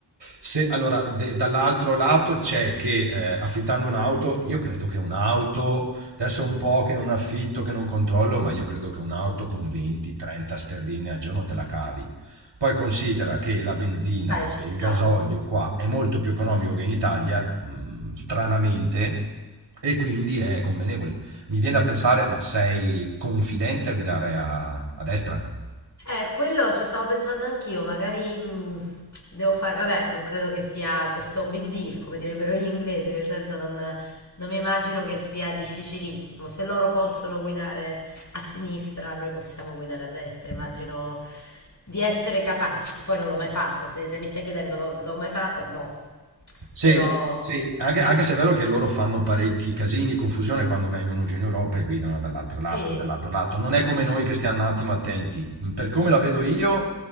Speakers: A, on the right; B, on the left.
A: Se, allora, de- dall'altro lato c'è che eh, affittando un'auto, io credo che un'auto, adesso è un po' che non affitto, che non controllo, ma io credo che un'auto con 20-30 sterline al giorno te la cavi. Poi considera che la benzina
B: dai, ci
A: e
B: sta.
A: il gasolio qua è molto più economico che in Italia, mh, stranamente, e quindi è convenevole. Mi viene da pensare, ma sei confidente a guidare a, a destra?
B: Eh, quello ci stavo pensando anch'io, magari mh, devo fare, vabbè, non credo che sia questo big deal, come direbbero gli inglesi, nel senso non, non mi immagino che sia difficilissimo. Se loro possono guidare a sinistra, noi possiamo guidare a destra, immagino di essere capaci. Poi non l'ho mai fatto, se, se mi stai chiedendo l'ho l'ho mai fatto, no,
A: Sì,
B: però
A: sì, anche, anche se è vero che loro fanno parecchi casini, confusione quando vengono giù in Europa e guidano dall'altro
B: sì.
A: lato, dall'altro lato. Non è come noi che stiamo un attimo attenti. Mm, Per come la vedo io,